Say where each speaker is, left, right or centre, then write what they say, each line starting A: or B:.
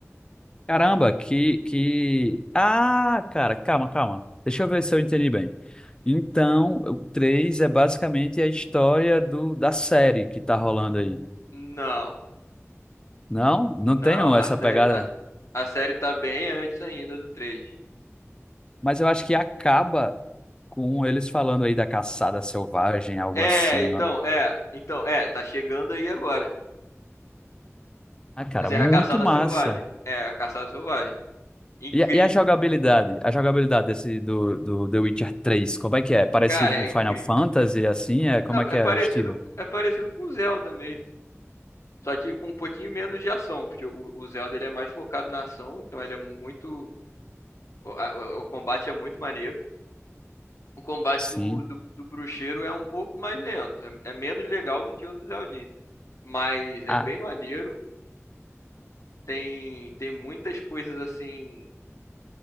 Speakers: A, on the left; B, on the left.
A: Caramba, que, que... Ah, cara, calma, calma. Deixa eu ver se eu entendi bem. Então, o 3 é basicamente a história do, da série que tá rolando aí.
B: Não,
A: Não? Não
B: não,
A: tenho
B: a
A: essa
B: série,
A: pegada.
B: a, a série tá bem antes ainda do 3.
A: Mas eu acho que acaba com eles falando aí da caçada selvagem, algo
B: É,
A: assim.
B: então,
A: ó.
B: é, então, é, tá chegando aí agora.
A: Ah, cara,
B: Assim,
A: muito
B: é a caçada
A: massa.
B: selvagem. É a caçada selvagem. Incrível.
A: E, a- e a jogabilidade? A jogabilidade desse do, do The Witcher três, como é que é? Parecido
B: Cara,
A: com
B: é incrível.
A: Final Fantasy, assim? É, como
B: É,
A: é que
B: é
A: é
B: parecido,
A: o estilo?
B: é parecido com o Zelda mesmo. Só que com um pouquinho menos de ação, porque o, o Zelda ele é mais focado na ação, então ele é muito. O, a- o- o combate é muito maneiro. O combate
A: Sim.
B: do, do, do bruxeiro é um pouco mais lento. É, é menos legal do que o do Zeldinha. Mas
A: Ah,
B: é bem maneiro. Tem, tem muitas coisas assim